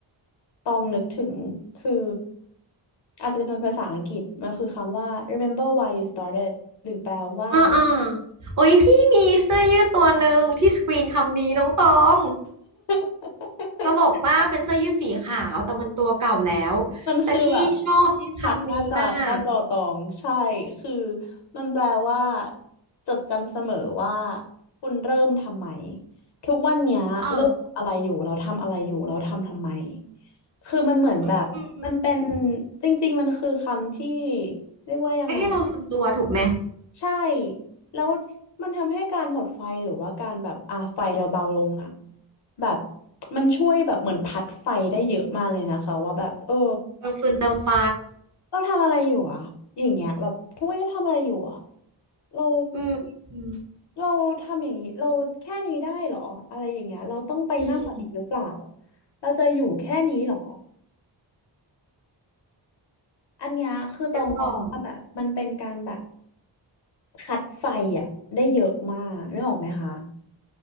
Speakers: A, on the left; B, on the right.
A: ต้องนึกถึงคืออาจจะเป็นภาษาอังกฤษมันคือคำว่า remember why you started หรือแปลว่า
B: อ่าอ่าโอ้ยพี่มีเสื้อยืดตัวหนึ่งที่สกรีนคำนี้น้องตอง
A: <laughs>
B: ตลกมากเป็นเสื้อยืดสีขาวแต่มันตัวเก่าแล้วแต่พี่ชอบคำนี้มาก
A: มันคือแบบที่พักหน้าจอหน้าจอตองใช่คือมันแปลว่าจดจำเสมอว่าคุณเริ่มทำไมทุกวันเนี้ยเริ่มทำอะไรอยู่เราทำอะไรอยู่เราทำทำไม
B: เออ
A: คือมันเหมือนแบบมันเป็น
B: อืม
A: จริงๆมันคือคำที่เรียกว่ายังไง
B: ไม่ให้เราลืมตัวถูกไหม
A: ใช่แล้วมันทำให้การหมดไฟหรือว่าการแบบอ่าไฟเราเบาลงอ่ะแบบมันช่วยแบบเหมือนพัดไฟได้เยอะมากเลยนะคะว่าแบบเออ
B: เติมฟืนเติมไฟ
A: เราทำอะไรอยู่อะอย่างเงี้ยแบบทุกวันนี้เราทำอะไรอยู่อะเรา
B: อืมอืม
A: เราทำอย่างงี้เราแค่นี้ได้เหรออะไรอย่างเงี้ยเราต้องไปมากกว่านี้หรือเปล่า
B: อืม
A: เราจะอยู่แค่นี้เหรออันเนี้ยคือตองมองว่าแบบมันเป็นการแบบ
B: นึกออก
A: พัดไฟอะได้เยอะมากนึกออกไหมคะ